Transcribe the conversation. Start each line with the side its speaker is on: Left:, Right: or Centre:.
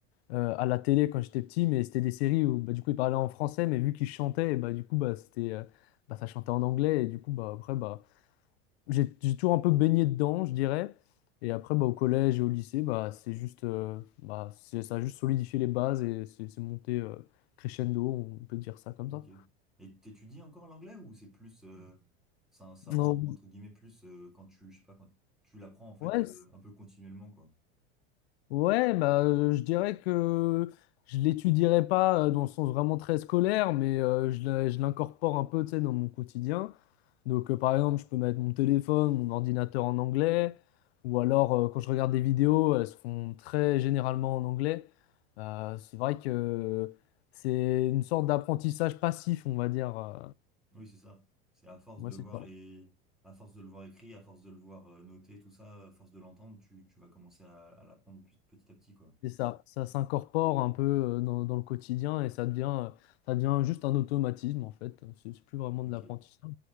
Left: euh, à la télé quand j'étais petit, mais c'était des séries où bah, du coup ils parlaient en français, mais vu qu'ils chantaient, et bah, du coup bah, c'était, euh, bah, ça chantait en anglais, et du coup bah, après bah, j'ai j'ai toujours un peu baigné dedans, je dirais. Et après bah, au collège et au lycée, bah, c'est juste, euh, bah, c'est- ça a juste solidifié les bases et c'est c'est monté euh, crescendo, on peut dire ça comme
Centre: Ok.
Left: ça.
Centre: Et t'étudies encore l'anglais ou c'est plus euh, ça, ça rentre
Left: Non,
Centre: entre guillemets plus euh, quand tu je sais pas quand tu l'apprends en fait
Left: ouais,
Centre: euh, un peu continuellement quoi.
Left: Ouais, bah, euh, je dirais que je l'étudierai pas euh, dans le sens vraiment très scolaire, mais euh, je l'in- je l'incorpore un peu, tu sais, dans mon quotidien. Donc, euh, par exemple, je peux mettre mon téléphone, mon ordinateur en anglais, ou alors euh, quand je regarde des vidéos, elles se font très généralement en anglais. Euh, c'est vrai que c'est une sorte d'apprentissage passif, on va dire. euh,
Centre: Oui, c'est ça. C'est à force
Left: moi,
Centre: de
Left: c'est
Centre: voir
Left: ça.
Centre: les à force de le voir écrit, à force de le voir euh, noté, tout ça, à force de l'entendre, tu, tu vas commencer à, à l'apprendre petit petit à petit quoi.
Left: C'est ça, ça s'incorpore un peu euh, dans, dans le quotidien et ça devient, euh, ça devient juste un automatisme en fait. C'est c'est plus vraiment de
Centre: Ok.
Left: l'apprentissage.